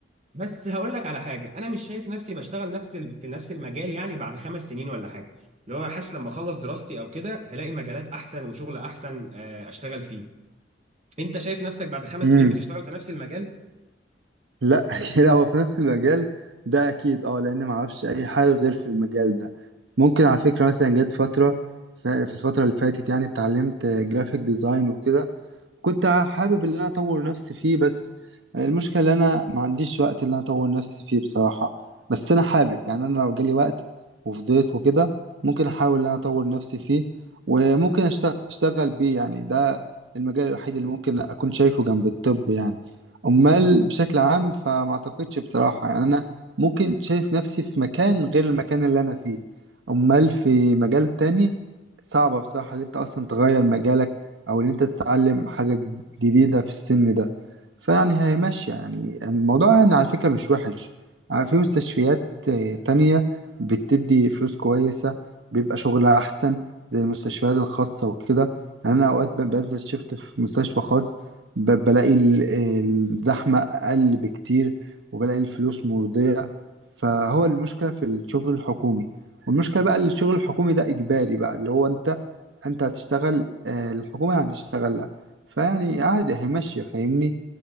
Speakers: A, on the right (about 35°); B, on the right (about 80°).
A: بس هقول لك على حاجه انا مش شايف نفسي بشتغل نفس ال- في نفس المجال يعني بعد خمس سنين ولا حاجه اللي هو حاسس لما اخلص دراستي او كده هلاقي مجالات احسن وشغل احسن آه، اشتغل فيه انت شايف نفسك بعد خمس
B: مم.
A: سنين بتشتغل في نفس المجال
B: لا <laughs> كده هو في نفس المجال ده أكيد أه لأن معرفش أي حاجة غير في المجال ده ممكن على فكرة مثلا جت فترة ف- في الفترة اللي فاتت يعني اتعلمت جرافيك ديزاين وكده كنت حابب ان انا اطور نفسي فيه بس المشكله ان انا ما عنديش وقت ان انا اطور نفسي فيه بصراحه بس انا حابب يعني انا لو جالي وقت وفضيت وكده ممكن احاول ان انا اطور نفسي فيه وممكن أشت- اشتغل بيه يعني ده المجال الوحيد اللي ممكن اكون شايفه جنب الطب يعني امال بشكل عام فما اعتقدش بصراحه يعني انا ممكن شايف نفسي في مكان غير المكان اللي انا فيه امال في مجال تاني صعبة بصراحة اللي انت اصلا تغير مجالك او ان انت تتعلم حاجة جديدة في السن ده فيعني هي ماشية يعني الموضوع يعني على فكرة مش وحش ع- في مستشفيات آه، تانية بتدي فلوس كويسة بيبقى شغلها أحسن زي المستشفيات الخاصة وكده يعني أنا أوقات ب- بنزل شفت في مستشفى خاص ب- بلاقي ال- الزحمة أقل بكتير وبلاقي الفلوس مرضية فهو المشكلة في الشغل الحكومي والمشكلة بقى الشغل الحكومي ده إجباري بقى اللي هو أنت انت هتشتغل آه، الحكومة هتشتغل لها فيعني عادي هي ماشية فاهمني